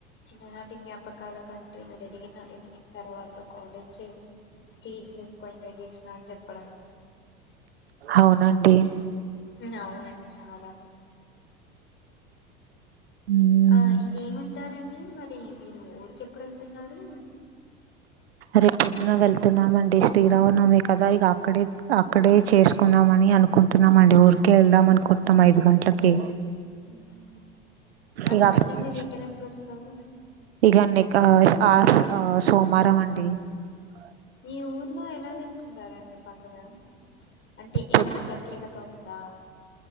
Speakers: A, on the left; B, on the right.
A: చిన్ననాటి జ్ఞాపకాల కంటే మీరు ఎదిగిన ఎదిగిన తర్వాత కాలేజీ స్టేజ్ ఎక్కువ ఎంజాయ్ చేసిన అని చెప్పడం
B: అవునండి
A: ఉ అవునండి చాల
B: ఉమ్.
A: ఆ. ఇదేమంటారండి. మరి మీరు ఊరికెప్పుడు వెళ్తున్నారు
B: రే పొద్దున వెళ్తున్నామండి స్త్రీరా ఉన్నామే కదా ఇక అక్కడే అక్కడే చేసుకుందామ అని అనుకుంటున్నామండి ఊరికే వెళ్దాం అనుకుంటున్నాం ఐదు గంటలకి
A: హ్మ్, మరి
B: ఇక
A: మళ్ళీ
B: అక్కడే
A: మీ రిటన్ ఎప్పుడు వస్తవు
B: <unintelligible>
A: మీ ఊర్లో ఎలా చేసు సరే అం మీ పండుగా అంటే ఏదన్నా
B: పొద్
A: ప్రత్యేకత ఉమ్ ఆ